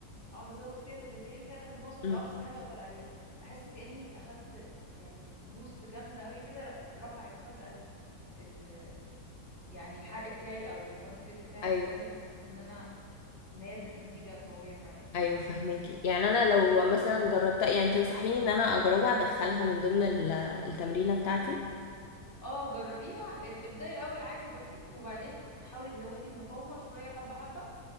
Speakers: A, on the left; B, on the left.
A: اقعد ازود فيها تدريجيا كده لحد ما اوصل
B: مم.
A: لاقصى حاجه اقدر عليها بحس كاني اخدت يعني بوست جامده قوي كده ر- رفعت فجاه ال... ال... يعني الحرق بتاعي او الهارت ريت بتاعي
B: ايوه
A: او كذا فبحس ان انا ان هي ادت نتيجة قوية معايا يعني.
B: ايوه فهماكي يعني انا لو مثلا جربتها يعني تنصحيني ان انا اجربها ادخلها من ضمن ال- التمرينه بتاعتي
A: اه جربيها ال- ابدأي الاول عادي بسيط وبعدين ح- حاولي تزودي المقاومة شوية حبة حبة